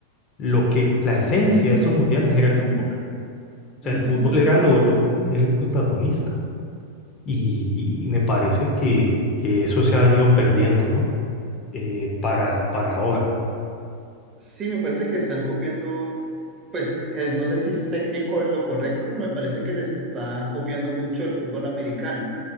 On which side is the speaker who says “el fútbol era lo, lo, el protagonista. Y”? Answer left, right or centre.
Left